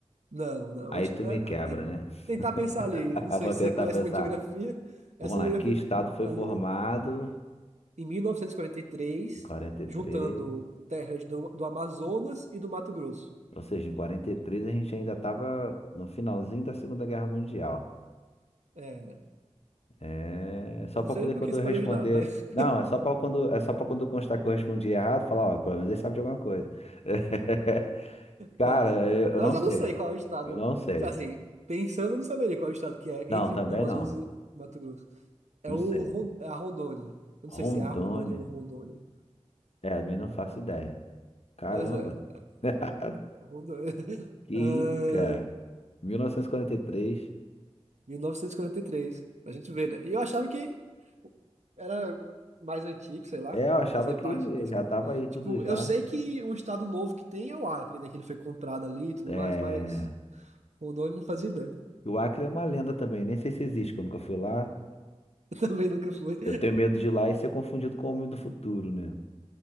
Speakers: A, on the right; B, on the left.
A: Não, não.
B: Aí
A: a hist-
B: tu
A: é,
B: me quebra,
A: é, Tem que
B: né?
A: tentar pensar ali.
B: <laughs>
A: Não
B: Eu
A: sei
B: Vou
A: se
B: tentar
A: você conhece
B: pensar.
A: muito geografia. Essa
B: Vamos lá,
A: geografia
B: que estado foi
A: ali,
B: formado
A: em 1943,
B: em 43.
A: juntando terras do, do Amazonas e do Mato Grosso.
B: Ou seja, em 43 a gente ainda estava no finalzinho da Segunda Guerra Mundial.
A: É,
B: É só
A: eu
B: para
A: não sei
B: poder
A: no
B: quando
A: que isso
B: eu
A: pode
B: responder.
A: ajudar, mas
B: Não, é só para quando é só para quando constar que eu respondi errado, falar, ó, pelo menos ele sabe de alguma coisa. <laughs> Cara,
A: Tá.
B: eu
A: Mas
B: eu não
A: eu
B: sei.
A: não sei qual é o estado.
B: Eu não sei.
A: Assim, pensando, eu não saberia qual é o estado que é
B: Não,
A: entre
B: também
A: o Amazonas
B: não.
A: e Mato Grosso. É
B: Não
A: o
B: sei.
A: Ron- é a Rondônia. Eu
B: Rondônia.
A: não sei se é a Rondônia ou Rondônia.
B: É, também não faço
A: Mas
B: ideia. Caramba.
A: é, é
B: <laughs>
A: Rondônia. <laughs>
B: Que isso, cara?
A: Ahn,
B: 1943. E quarenta e três.
A: 1943. A gente vê, né? E eu achava que era mais antigo, sei lá.
B: E é, eu achava
A: Fazia
B: que
A: parte das
B: já
A: coisas.
B: tava aí tudo
A: Tipo,
B: já.
A: eu sei que um estado novo que tem é o Acre, né? Que ele foi comprado ali e tudo
B: É,
A: mais, mas Rondônia não fazia ideia.
B: e o Acre é uma lenda também, nem sei se existe, que eu nunca fui lá.
A: <laughs> Eu também nunca fui.
B: Eu tenho medo de ir lá e ser confundido com o homem do futuro, né?